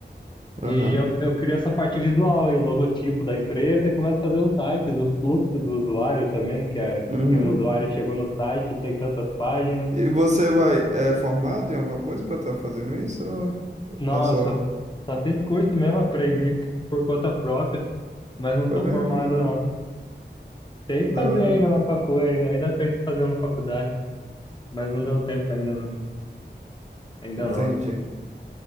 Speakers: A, on the left (about 25°); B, on the right (about 40°).
A: E
B: Aham.
A: eu, eu crio essa parte visual aí, logotipo da empresa e começo a fazer os sites, o fluxo do usuário também, que é,
B: Uhum.
A: assim, o usuário chegou no site tem tantas páginas
B: E você vai... É formado em alguma coisa pra estar fazendo isso? Ou...
A: Não,
B: É só.
A: eu só, só fiz curso mesmo, aprendi por conta própria, mas não
B: Foi
A: sou
B: mesmo,
A: formado,
B: que da hora,
A: não. Tem
B: que
A: que
B: da
A: fazer
B: hora.
A: ainda uma faculdade, ainda tem que fazer uma faculdade, mas não deu tempo ainda, não, ainda
B: Entendi.
A: não.